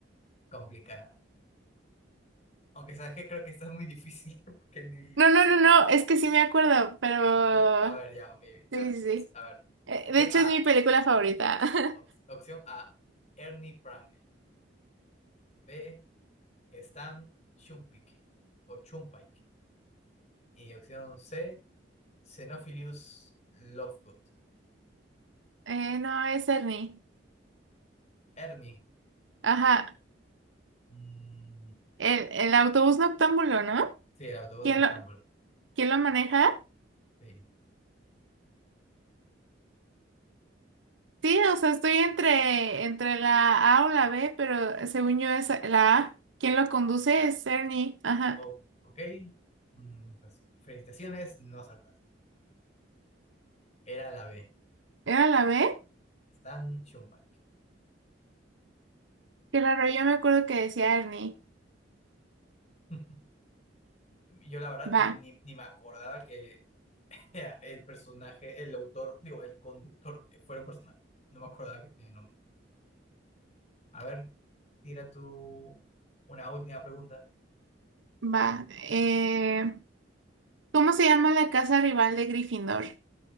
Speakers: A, on the left; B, on the right.
A: complicada. Aunque sabes que creo que esta es muy difícil, <laughs> porque ni...
B: No, no, no, no. Es que sí me acuerdo, pero...
A: ¿sí? A ver, ya, ok. Entonces,
B: Sí, sí, sí.
A: a ver.
B: Eh,
A: Opción
B: De hecho,
A: A.
B: es mi película favorita. <laughs>
A: Op- opción A. Ernie Prank. B. Stan Chumpike o Chumpike. Y opción C. Xenophilius Lovegood.
B: Eh, no, es Ernie.
A: Ernie.
B: Ajá.
A: mm,
B: El, el autobús noctámbulo, ¿no?
A: sí, el autobús
B: ¿Quién
A: noctámbulo.
B: lo, quién lo maneja?
A: Sí.
B: Sí, o sea, estoy entre, entre la A o la B, pero según yo es la A. ¿Quién lo conduce? Es Ernie. Ajá.
A: O- ok. mm, pues, felicitaciones, no acertaste. Era la B.
B: ¿Era la B?
A: Stan Shumpike.
B: Claro, yo me acuerdo que decía Ernie.
A: <laughs> Yo la verdad ni,
B: Va,
A: ni me acordaba que era el personaje, el autor, digo, el conductor eh, fuera un personaje. No me acordaba que tenía nombre. A ver, tira tú una última pregunta.
B: va. Eh, ¿cómo se llama la casa rival de Gryffindor?